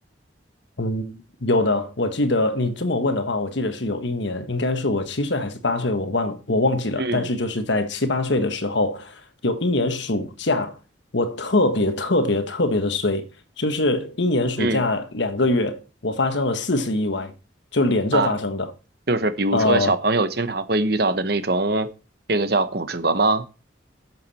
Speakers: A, on the left; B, on the right.
A: 嗯，有的，我记得你这么问的话，我记得是有一年，应该是我七岁还是八岁，我忘我忘记了。
B: 嗯
A: 但是就是在七八岁的时候，有一年暑假，我特别特别特别的衰，就是一年暑假两个月，
B: 嗯
A: 我发生了四次意外，就连着发生的，
B: 啊，就是比如说小朋友经常会遇到的那种，
A: 呃，
B: 这个叫骨折吗？